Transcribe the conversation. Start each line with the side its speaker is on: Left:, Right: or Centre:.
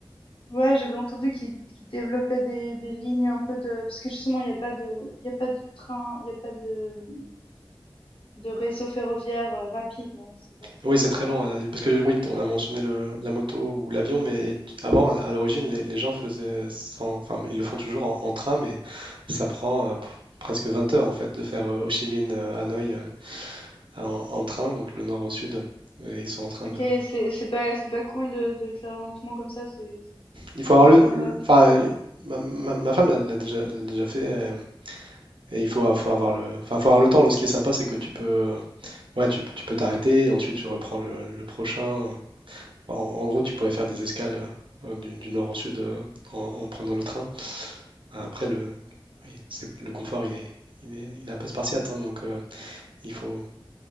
Left: ouais, j'avais entendu qu'ils qu'ils développaient des, des lignes un peu de... Parce que justement, il n'y a pas de, il y a pas de train, il n'y a pas de, de réseau ferroviaire euh, rapide, non? C'est pas
Right: Oui, c'est très
Left: ça?
Right: long, hein, parce que oui, on a mentionné le- la moto ou l'avion, mais tu- avant, à l'origine, les, les gens faisaient sans, enfin, ils le font toujours en, en train, mais ça prend euh, p- presque 20 heures en fait de faire euh, Ho Chi Minh, euh, Hanoï euh, en, en train, donc le nord au sud. Et ils sont en train
Left: OK,
Right: de,
Left: c'est c'est pas c'est pas cool de de le faire lentement comme ça, c'est c'est
Right: Il faut
Left: c'est
Right: avoir
Left: pas
Right: le.
Left: confortable.
Right: le- Enfin, ma, ma- ma femme l'a l'a déjà, l'a déjà fait. euh, Et, il faut, faut avoir le, enfin, faut avoir le temps. Ce qui est sympa, c'est que tu peux, ouais, tu, peux- tu peux t'arrêter. Ensuite, tu reprends le, le prochain. Enfin, En, en gros, tu pourrais faire des escales euh, du, du nord au sud euh, en, en prenant le train. Après, le, oui, c'est le confort, il est, il est, il est un peu spartiate. hein, donc, euh, il faut,